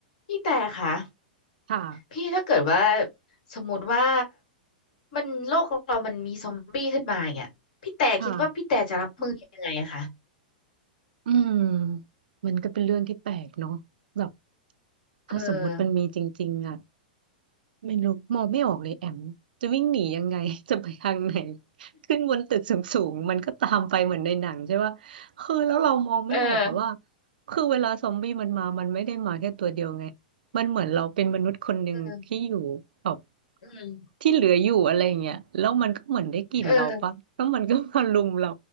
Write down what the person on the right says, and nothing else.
ค่ะ
ค่ะอืมมันก็เป็นเรื่องที่แปลกเนาะแบบ ถ้าสมมุติมันมีจริงๆอ่ะ
ไม่รู้มองไม่ออกเลยแอมจะวิ่งหนียังไง <laughs> จะไปทางไหนขึ้นบนตึกสูงๆมันก็ตามไปเหมือนในหนังใช่ป่ะคือแล้วเรามองไม่ออกอะว่า
คือเวลาซอมบี้มันมามันไม่ได้มาแค่ตัวเดียวไงมันเหมือนเราเป็นมนุษย์คนหนึ่งที่อยู่แบบ
ที่เหลืออยู่อะไรอย่างเงี้ยแล้วมันก็เหมือนได้กลิ่นเราปะแล้วมันก็มารุมเรา